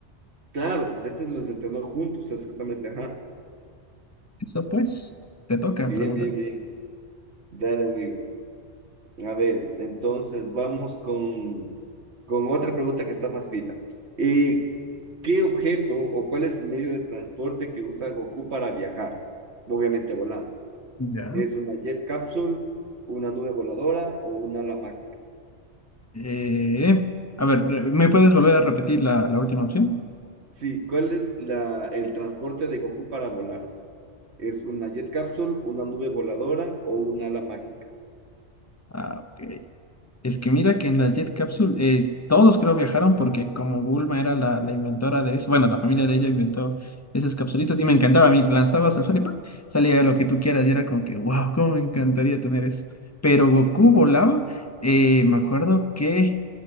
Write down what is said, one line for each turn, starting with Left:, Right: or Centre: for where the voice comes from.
Right: Claro, pues este lo entrenó juntos, es justamente, ajá.
Left: Eso pues, te toca
Right: Bien,
Left: preguntarme.
Right: bien, bien. Dale, amigo. A ver, entonces vamos con, con otra pregunta que está facilita. Eh, ¿qué objeto o cuál es el medio de transporte que usa Goku para viajar? Obviamente volando.
Left: Ya.
Right: ¿Es una jet capsule, una nube voladora o una ala mágica?
Left: Eh, a ver, ¿me puedes volver a repetir la, la última opción?
Right: Sí, ¿cuál es la, el transporte de Goku para volar? ¿Es una jet capsule, una nube voladora o una ala mágica?
Left: Ah, ok. Es que mira que en la Jet Capsule eh, todos creo viajaron porque como Bulma era la, la inventora de eso, bueno, la familia de ella inventó esas capsulitas y me encantaba, a mí lanzabas al sol y ¡pac! salía lo que tú quieras y era como que, wow, cómo me encantaría tener eso. Pero Goku
Right: <laughs>
Left: volaba, eh, me acuerdo que